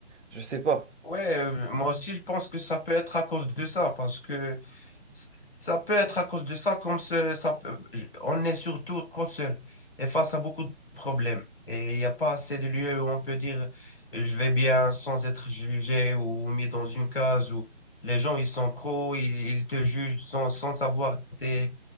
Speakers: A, on the right; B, on the left.
A: je sais pas.
B: Ouais, euh, moi aussi, je pense que ça peut être à cause de ça, parce que s- ça peut être à cause de ça, comme ce- ça, peut- je- on est surtout trop seul et face à beaucoup de problèmes. Et il n'y a pas assez de lieux où on peut dire euh, je vais bien sans être jugé ou mis dans une case où les gens, ils sont trop, ils, ils te jugent sans, sans savoir tes-